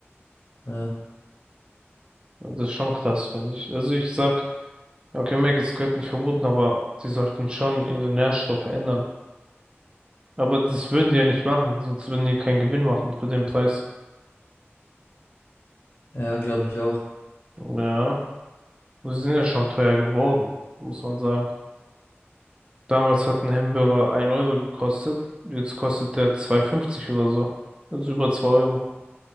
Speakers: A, on the left; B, on the right.
A: Ja,
B: Das ist schon krass, finde ich. Also ich sag, ja, okay, Mac, es gehört nicht verboten, aber die sollten schon ihre Nährstoffe ändern. Aber das würden die ja nicht machen, sonst würden die keinen Gewinn machen für den Preis.
A: ja, glaube ich auch.
B: Ja, sie sind ja schon teuer geworden, muss man sagen. Damals hat ein Hamburger ein Euro gekostet, jetzt kostet der zwei Euro fünfzig oder so. Also über 2 Euro.